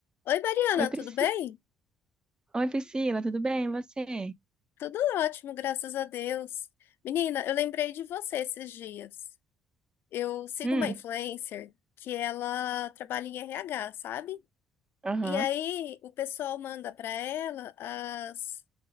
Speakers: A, on the left (about 65°); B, on the right (about 20°).
A: Oi, Mariana,
B: Oi, Prisci...
A: tudo bem?
B: Oi, Priscila, tudo bem? E você?
A: Tudo ótimo, graças a Deus. Menina, eu lembrei de você esses dias. Eu sigo
B: Hum,
A: uma influencer que ela trabalha em RH, sabe?
B: aham.
A: E aí o pessoal manda para ela as,